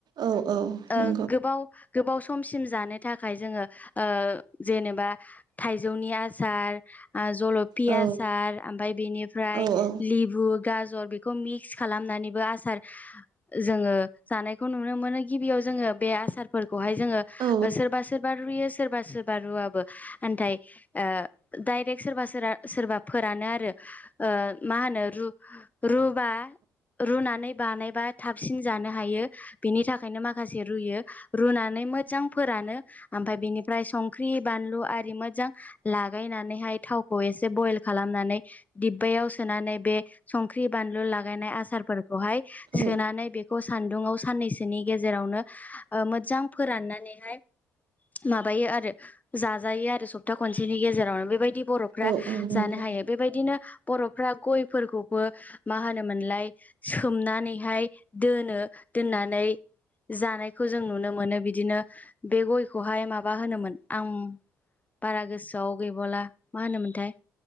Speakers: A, on the right; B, on the left.
A: औ औ
B: ओ
A: नो
B: गोबाव गोबाव समसिम जानो थाखाय जोङो ओ जेनेबा थाइजौनि आसार जलफि
A: औ
B: आसार ओमफ्राय बेनिफ्राय
A: औ औ
B: लेबु गाजर बेखौ मिक्स खालामनानैबो आसार जोङो जानायखौ नुनो मोनो गिबियाव जोङो बे आसार फोरखौहाय जोङो ओ
A: औ
B: सोरबा सोरबा रुयो सोरबा सोरबा रुवाबो आनथाय ओ डायरेक्ट सोरबा सोरा सोरबा फोरानो आरो। ओ मा होनो रु रुबा रुनानै बानायबा थाबसिन जानो हायो बेनि थाखायनो माखासे रुयो रुनानै मोजां फोरानो ओमफ्राय बेनिफ्राय संख्रि बानलु आरि मोजां लागायनानैहाय थावखौ एसे बयेल खालामनानै दिब्बायाव सोनानै बे संख्रि बानलु लागायनाय आसारफोर खौहाय
A: औ
B: सोनानै बेखौ सान्दुङाव साननैसोनि गेजेरावनो ओ मोजां फोराननानैहाय माबायो आरो जाजायो आरो सप्ता खनसेनि गेजेरावनो बेबायदि बर' फ्रा
A: औ औ नंगौ
B: जानो हायो बेबायदिनो बर'फ्रा गयफोरखौबो मा होनोमोनलाय सोमनानैहाय दोनो दोननानै जानाय खौ जों नुनो मोनो बिदिनो बे गयखौहाय माबा होनोमोन आं बारा गोसोआव गैबावला मा होनोमोनथाय